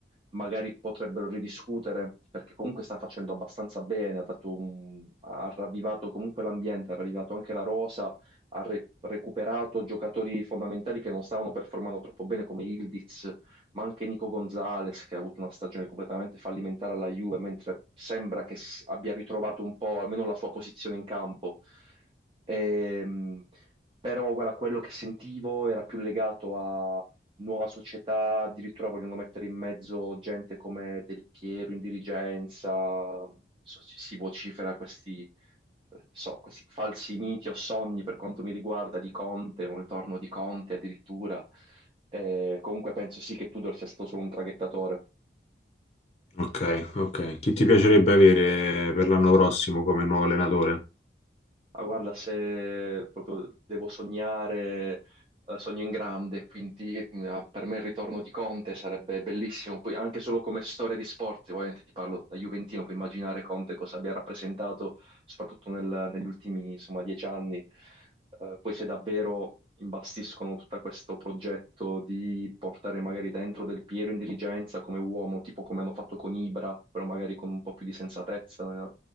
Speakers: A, on the right; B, on the left.
A: magari potrebbero ridiscutere perché comunque sta facendo abbastanza bene, ha dato un- ha ravvivato comunque l'ambiente, ha ravvivato anche la rosa ha re- recuperato giocatori fondamentali che non stavano performando troppo bene come Ildiz, ma anche Nico Gonzalez che ha avuto una stagione completamente fallimentare alla Juve, mentre sembra che s- abbia ritrovato un po' almeno la sua posizione in campo. Ehm, però guarda, quello che sentivo era più legato a nuova società, addirittura vogliono mettere in mezzo gente come Del Piero in dirigenza, so- si vocifera questi so, questi falsi miti o sogni per quanto mi riguarda di Conte, un ritorno di Conte addirittura. Eh, comunque penso sì che Tudor sia stato solo un traghettatore.
B: Ok, ok. Chi ti piacerebbe avere per l'anno prossimo come nuovo allenatore?
A: Ma guarda, se proprio devo sognare, eh, sogno in grande, quindi eh, per me il ritorno di Conte sarebbe bellissimo. Poi anche solo come storia di sport, ovviamente ti parlo da Juventino, puoi immaginare Conte cosa abbia rappresentato, soprattutto nel- negli ultimi, insomma, dieci anni. Eh, poi se davvero imbastiscono tutto questo progetto di portare magari dentro Del Piero in dirigenza come uomo, tipo come hanno fatto con Ibra, però magari con un po' più di sensatezza, eh,